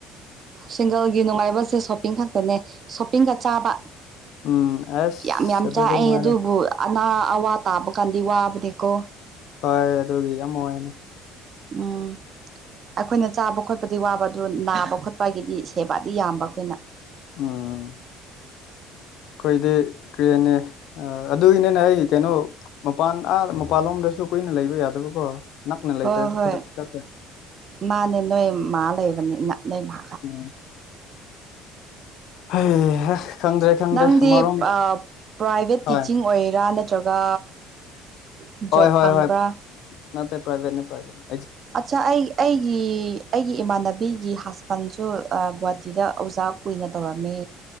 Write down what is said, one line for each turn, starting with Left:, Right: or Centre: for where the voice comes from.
Right: ꯁꯤꯡꯒꯜꯒꯤ ꯅꯨꯡꯉꯥꯏꯕꯁꯦ ꯁꯣꯞꯄꯤꯡ ꯈꯛꯇꯅꯦ ꯁꯣꯞꯄꯤꯡꯒ ꯆꯥꯕ
Left: ꯎꯝ ꯑꯁ
Right: ꯌꯥꯝ ꯌꯥꯝ
Left: ꯑꯗꯨꯗꯤ
Right: ꯆꯥꯏ ꯑꯩ
Left: ꯅꯨꯡꯉꯥꯏꯔꯦ
Right: ꯑꯗꯨꯕꯨ ꯑꯅꯥ ꯑꯋꯥ ꯇꯥꯕ ꯀꯥꯟꯗꯤ ꯋꯥꯕꯗꯤꯀꯣ
Left: ꯍꯣꯏ ꯑꯗꯨꯒꯤ ꯌꯥꯝ ꯅꯨꯡꯉꯥꯏꯅꯤ
Right: ꯎꯝ ꯑꯩꯈꯣꯏꯅ ꯆꯥꯕ ꯈꯣꯠꯄꯗꯤ ꯋꯥꯕ ꯑꯗꯨ ꯅꯥꯕ ꯈꯣꯠꯄꯒꯤꯗꯤ ꯁꯦꯕꯥꯗꯤ ꯌꯥꯝꯕ ꯑꯩꯈꯣꯏꯅ
Left: ꯎꯝ ꯑꯩꯈꯣꯏꯗꯤ ꯀ꯭ꯔꯦꯅꯤ ꯑ ꯑꯗꯨꯒꯤꯅꯦꯅꯦ ꯑꯩ ꯀꯩꯅꯣ ꯃꯄꯥꯟ ꯑꯥꯃꯄꯥꯟꯂꯣꯝꯗꯁꯨ ꯀꯨꯏꯅ ꯂꯩꯕ ꯌꯥꯗꯕꯀꯣ ꯅꯛꯅ ꯂꯩꯇ꯭ꯔꯗꯤ
Right: ꯍꯣꯏ ꯍꯣꯏ
Left: ꯈꯨꯗꯛ ꯈꯨꯗꯛꯀꯤ
Right: ꯃꯥꯅꯦ ꯅꯣꯏ ꯃꯥ ꯂꯩꯕꯅꯤꯅ ꯅꯣꯏ ꯃꯥ
Left: ꯎꯪ ꯍꯩꯍꯥ ꯈꯪꯗ꯭ꯔꯦ ꯈꯪꯗ꯭ꯔꯦ
Right: ꯅꯪꯗꯤ
Left: ꯑꯃꯔꯣꯝꯗ
Right: ꯄ꯭ꯔꯥꯏꯚꯦꯠ
Left: ꯍꯣꯏ
Right: ꯇꯤꯆꯤꯡ ꯑꯣꯏꯔꯥ ꯅꯠꯇ꯭ꯔꯒ ꯖꯣꯕ
Left: ꯍꯣꯏ
Right: ꯐꯪꯕ꯭ꯔꯥ
Left: ꯍꯣꯏ ꯍꯣꯏ ꯅꯠꯇꯦ ꯄꯥꯏꯚ꯭ꯔꯦꯠꯅꯦ ꯄꯥꯏꯚ꯭ꯔꯦꯠꯅꯦ
Right: ꯑꯠꯆꯥ ꯑꯩ ꯑꯩꯒꯤ ꯑꯩꯒꯤ ꯏꯃꯥꯟꯅꯕꯤꯒꯤ ꯍꯥꯁ ꯐꯪꯁꯨ ꯑꯥ ꯒꯨꯍꯥꯇꯤꯗ ꯑꯣꯖꯥ ꯀꯨꯏꯅ ꯇꯧꯔꯝꯃꯦ